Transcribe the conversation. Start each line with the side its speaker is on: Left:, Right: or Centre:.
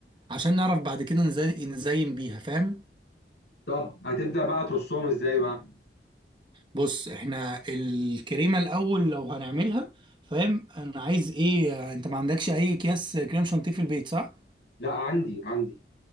Right: عشان نعرف بعد كده نزي- نزين بيها فاهم
Left: طب هتبدا بقى ترصهم ازاي بقى
Right: بص احنا الكريمه الاول لو هنعملها فاهم انا عايز ايه آه، انت ما عندكش اي اكياس كريم شانتيه في البيت صح
Left: لا عندي عندي